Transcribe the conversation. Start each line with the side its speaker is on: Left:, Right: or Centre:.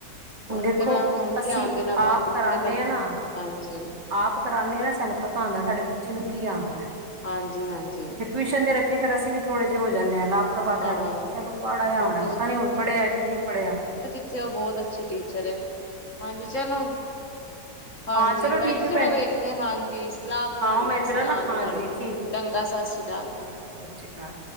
Left: ਹੁਣ
Right: ਦੇਖੋ
Left: ਤੇ ਮੈਂ ਹੁਣ
Right: ਅਸੀਂ
Left: ਧਿਆਨ ਦੇਣਾ ਬੰਦ
Right: ਆਪ
Left: ਕੀਤੇ
Right: ਕਰਾਨੇ
Left: ਨਹੀਂ ਤੇ,
Right: ਆ ਨਾ
Left: ਹਾਂਜੀ
Right: ਆਪ ਕਰਾਉਂਦੇ ਹੈ ਨਾ ਸਾਨੂੰ ਪਤਾ ਹੋਂਦਾ ਸਾਡੇ ਬੱਚੇ ਨੂੰ ਕੀ ਆਉਂਦਾ।
Left: ਹਾਂਜੀ- ਹਾਂਜੀ।
Right: ਟਿਊਸ਼ਨ ਦੇ ਰਖੀ ਫੇਰ ਅਸੀਂ ਵੀ ਥੋੜੇ ਜਿਹੇ ਹੋ ਜਾਂਨੇ ਹਾਂ ਨਾ। ਪ੍ਰਵਾ
Left: ਹਾਂ
Right: ਕਹਿ ਲਓ ਕਿ ਚਲੋ ਪੜ ਆਯਾ
Left: ਬਿਲਕੁਲ
Right: ਹੋਣਾ ਪਤਾ ਨੀ ਹੁਣ ਪੜਿਆ ਕਿ ਨਹੀਂ ਪੜਿਆ।
Left: ਤੇ ਉਹ ਬਹੁਤ ਅੱਛੀ ਟੀਚਰ ਹੈ, ਹਾਂਜੀ ਚਲੋ, ਹਾਂਜੀ
Right: ਹਾਂ ਚਲੋ
Left: ਭੈਣ
Right: ਠੀਕ
Left: ਜੀ
Right: ਹੈ
Left: ਚਲੋ ਵੇਖਦੇ ਹ ਹਾਂਜੀ ਸਲਾਹ ਬਣਾਉਦੇ
Right: ਮੈਂ
Left: ਹਾਂ ਅਸੀਂ
Right: ਜਰਾ
Left: ਆਂਣ
Right: ਨਾ ਹਾਂਜੀ
Left: ਦੀ ਤੁਹਾਡੇ ਕੋਲ।
Right: ਠੀਕ
Left: ਚੰਗਾ ਸਤਿ ਸ੍ਰੀ ਅਕਾਲ।
Right: ਸਤਿ ਸ਼੍ਰੀ ਅਕਾਲ।